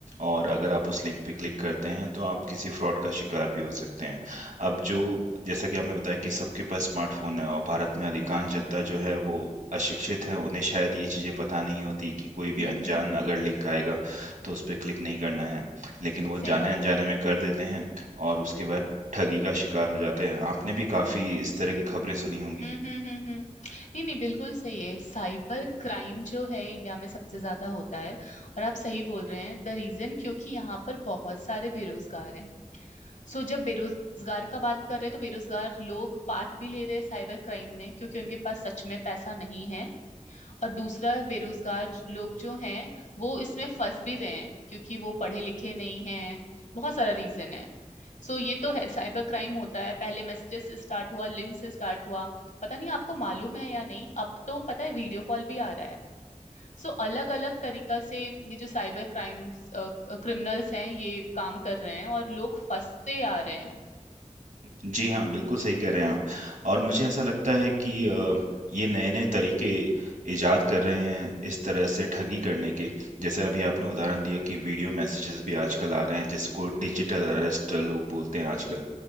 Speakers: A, on the right; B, on the left.
A: और अगर आप उस लिंक पे क्लिक करते हैं, तो आप किसी फ्रॉड का शिकार भी हो सकते हैं। अब जो जैसा कि आपने बताया कि सबके पास स्मार्टफ़ोन है और भारत में अधिकांश जनता जो है वो अशिक्षित है, उन्हें शायद ये चीज़ें पता नहीं होती कि कोई भी
B: हम्म
A: अनजान
B: हम्म
A: अगर लिंक आएगा, तो उस पे क्लिक नहीं करना है। लेकिन वो
B: सही
A: जाने-अनजाने
B: बात है
A: में कर देते हैं और उसके बाद ठगी का शिकार हो जाते हैं। आपने भी काफ़ी इस तरह की खबरें सुनी होंगी।
B: हम्म हम्म हम्म हम्म। नहीं नहीं बिल्कुल सही है साइबर क्राइम जो है इंडिया में सबसे ज्यादा होता है और आप सही बोल रहे हैं द रीजन क्योंकि यहाँ पर बहुत सारे बेरोजगार हैं सो जब बेरोजगार का बात कर रहे हैं तो बेरोजगार लोग पार्ट भी ले रहे हैं साइबर क्राइम में क्योंकि उनके पास सच में पैसा नहीं है और दूसरा बेरोजगार ज- लोग जो हैं वो इसमें फंस भी रहे हैं क्योंकि वो पढ़े लिखे नहीं हैं बहुत सारा रीजन है सो ये तो है साइबर क्राइम होता है पहले मैसेजेस से स्टार्ट हुआ लिंक से स्टार्ट हुआ पता नहीं आपको मालूम है या नहीं अब तो पता है वीडियो कॉल भी आ रहा है सो अलग अलग तरीका से ये जो साइबर क्राइम्स क्रिमिनल्स हैं ये काम कर रहे हैं और लोग फंसते आ रहे हैं
A: जी हाँ, बिल्कुल सही कह रहे हैं आप और मुझे ऐसा लगता है कि अ, ये नए-नए तरीके इजाद कर रहे हैं इस तरह से ठगी करने के। जैसे अभी आपने उदाहरण दिया कि वीडियो मैसेजेस भी आजकल आ रहे हैं जिसको डिजिटल अरेस्ट लोग बोलते हैं आजकल,